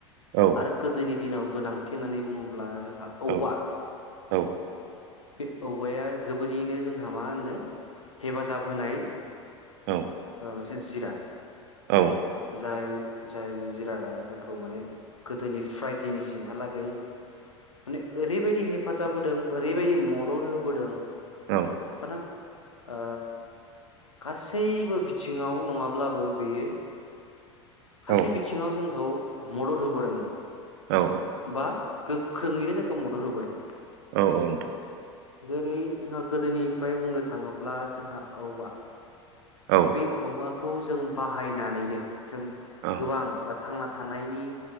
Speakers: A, on the right; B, on the left.
A: औ
B: आरो गोदनि दिनाव गोनांथि होन्नानै बुङोब्ला जों औवा।
A: औ औ।
B: बे औवाया जोबोरैनो जोंहा मा होनो हेफाजाब होनाय
A: औ।
B: मोनसे जिराद
A: औ
B: जाय जाय जिरादा जोंखौ माने गोदोनिफ्राय दिनैसिमहालागै माने ओरैबायदि हेफ हेफाजाब होदों ओरैबायदि मदद होबोदों
A: औ
B: मान <unintelligible> ओ गासैबो बिथिङाव नङाब्लाबो बेयो खायसे
A: औ
B: बिथिङाव जोंखौ मदद होबोदों
A: औ
B: बा गोख्रोङैनो जोंखौ मदद होबोदों।
A: औ औ नोंथां।
B: जेरै जोंहा गोदोनिफ्राय बुंनो थाङोब्ला जोंहा औवा
A: औ
B: बे औवा ख खौ जों बाहायनानैनो जों
A: औ
B: गोबां बा थांना थानायनि